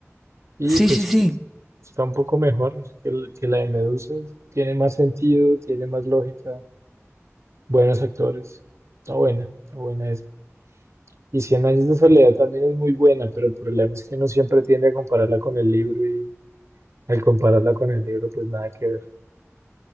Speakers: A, on the right; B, in the centre.
A: Y
B: Sí,
A: pues
B: sí,
A: sí,
B: sí.
A: es- está un poco mejor que, el- que la de Medusa, tiene más sentido, tiene más lógica, buenos actores, está buena, está buena esa. Y Cien años de soledad también es muy buena, pero el problema es que uno siempre tiende a compararla con el libro y al compararla con el libro pues nada que ver.